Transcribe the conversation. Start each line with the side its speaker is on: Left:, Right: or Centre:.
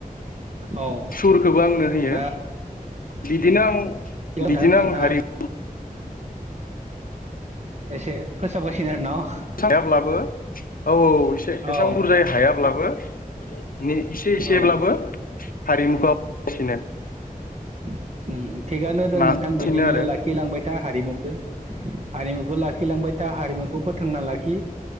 Right: औ
Left: सुरखोबो आंनो होयो
Right: दा
Left: बिदिनो आं
Right: नोंथां
Left: बिदिनो
Right: नोंथाङा
Left: आं हारि <inaudible>
Right: एसे फोसाबगासिनो आरो न'
Left: हायाब्लाबो औ औ एसे एसां
Right: औ
Left: बुरजायै हायाब्लाबो ने एसे एसेब्लाबो
Right: औ
Left: हारिमुखौ <unintelligible>
Right: उम उम थिगानो। ओं
Left: नाजागासिनो
Right: नोंथां बिदिनो
Left: आरो
Right: लाखिलांबाय था हारिमुखो हारिमुखो ला खिलांबाय था हारिमुखौ फोथांना लाखि